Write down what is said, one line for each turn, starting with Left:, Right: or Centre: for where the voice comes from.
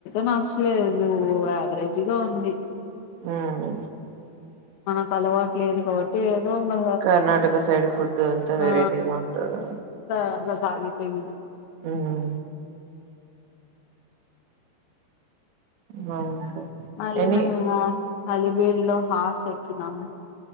Left: నచ్చ లేదు యావరేజ్గా ఉంది
Right: ఉమ్
Left: మనకు అలవాటు లేదు కాబట్టి ఏదో ఉంగా
Right: కర్ణాటక సైడ్ ఫుడ్ అంతా వెరైటీగా
Left: ఆ
Right: ఉంటదా
Left: త అట్లా సాగిపోయింది
Right: ఆహా బాగుంది
Left: మళ్ళీ
Right: ఎన్ని
Left: మేము అలివీర్ లో హార్స్ ఎక్కినాము